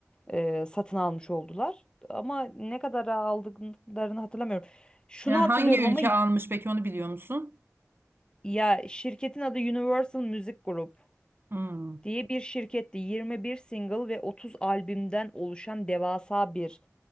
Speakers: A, on the left; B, on the right.
A: e, satın almış oldular ama ne kadara aldıklarını hatırlamıyorum. Şunu
B: Yani
A: hatırlıyorum
B: hangi
A: ama
B: ülke
A: y-
B: almış peki onu biliyor musun?
A: ya şirketin adı Universal Music Group
B: Hmm.
A: diye bir şirketti. 21 single ve 30 albümden oluşan devasa bir